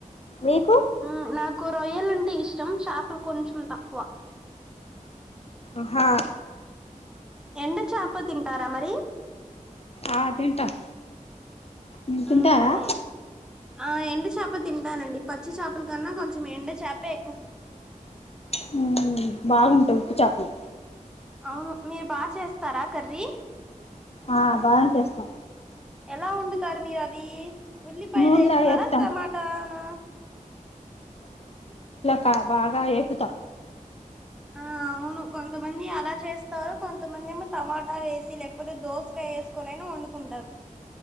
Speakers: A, on the left; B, in the centre.
A: మీకు
B: ఆ నాకు రొయ్యలంటే ఇష్టం చాపలు కొంచెం తక్కువ
A: ఆహా
B: ఎండు చాప తింటారా మరి
A: ఆ తింటాం మీరు తింటారా
B: మ్మ్ ఆ ఎండు చేప తింటానండి పచ్చి చాపల కన్నా కొంచెం ఎండు చాపే
A: హ్మ్ బాగుం ఉప్పు చాపలు
B: అవును మీరు బాచేస్తారా కర్రీ
A: ఆ బాగానే చేస్తాం
B: ఎలా వండు తర్ మీరవీ ఉల్లిపాయలు
A: నూనెలో
B: ఏస్తారా
A: వేపుతాం
B: టమాటానా
A: క బాగా ఏపుతాం
B: ఆ అవును కొంతమంది అలా చేస్తారు కొంతమంది ఏమో టమాటా వేసి లేకపోతే దోసకాయ ఏసుకోనైన వండుకుంటారు